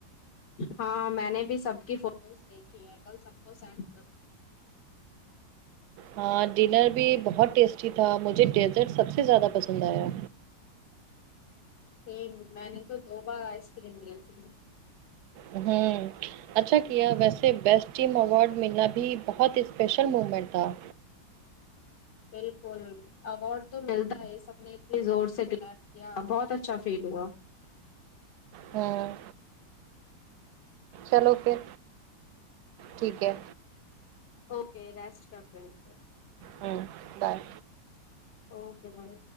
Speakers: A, on the left; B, on the right.
A: ہاں میں نے بھی سب کی فوٹوز دیکھی ہے کل سب کو سینڈ کروں گی
B: ہاں ڈنر بھی بہت ٹیسٹی تھا مجھے ڈیزرٹ سب سے زیادہ پسند آیا
A: سیم میں نے تو دو بار آئس کریم لی تھی
B: ہمم اچھا کیا ویسے بیسٹ ٹیم اوارڈ ملنا بھی بہت اسپیشل مومنٹ تھا
A: بالکل اوارڈ تو ملتا ہے سب نے اتنی زور سے کلاپ کیا بہت اچھا فیل ہوا
B: ھمم چلو پھر ٹھیک ہے
A: اوکے ریسٹ کرتے ہے پھر
B: ہمم بائے
A: اوکے بائے